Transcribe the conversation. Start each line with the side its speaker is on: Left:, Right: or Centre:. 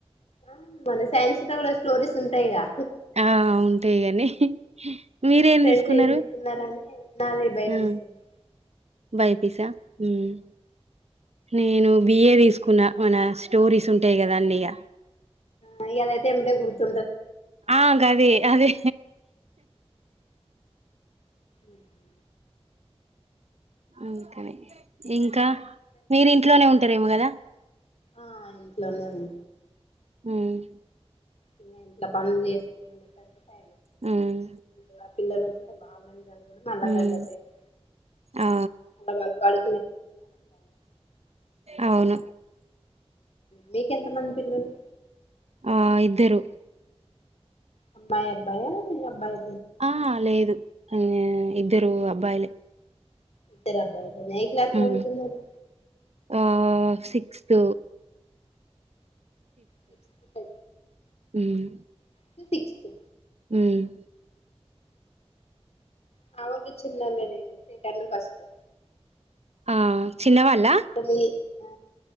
Left: ఆ మన సైన్స్ లో కూడా స్టోరీస్ ఉంటాయి గా
Right: ఆ ఉంటాయి కానీ మీరేం
Left: మీ ఫ్రెండ్స్
Right: తీసుకున్నారు
Left: ఏది తీసుకున్నారని నాది భయపిస్తుంది
Right: ఆ బై పి సి ఆ ఉమ్ నేను బిఏ తీసుకున్న మన స్టోరీస్ ఉంటాయి కదా అన్నీ ఇగా
Left: ఆ ఇగ అదైతే ఎంబటే గుర్తు
Right: ఆ గదే అదే
Left: ఉహూ
Right: ఉమ్ ఇక్కన్నే ఇంకా మీరింట్లోనే ఉంటారేమో కదా
Left: ఆ ఇంట్లోనే ఉం
Right: ఉమ్
Left: ఇగ ఇంట్ల పనులు చేసుకుంటుండే కదా
Right: హ్మ్.
Left: ఇలా పిల్లలు వస్తే బాగుండి వాళ్ళని చదవడం మళ్ళ
Right: హ్మ్.
Left: గంట సేపు
Right: ఆ!
Left: అ బాగుపడు
Right: అవును
Left: మీకెంత మంది పిల్లలు
Right: ఆ ఇద్దరు
Left: అమ్మాయి అబ్బాయా ఇగ అబ్బాయి
Right: ఆ లేదు ఇద్దరు అబ్బాయిలే
Left: ఇద్దరు అబ్బాయి లేనా ఏ క్లాసు చదువుతున్నారు
Right: హ్మ్ ఆ సిక్స్త్
Left: సిక్స్త్
Right: ఉమ్
Left: ఫిఫ్త్ సిక్స్త్
Right: ఉమ్
Left: మా వాళ్లు చిన్నోలే అండి సెకండ్ ఫస్ట్
Right: ఆ చిన్నవాళ్ల
Left: ఇంకా మీ ఆ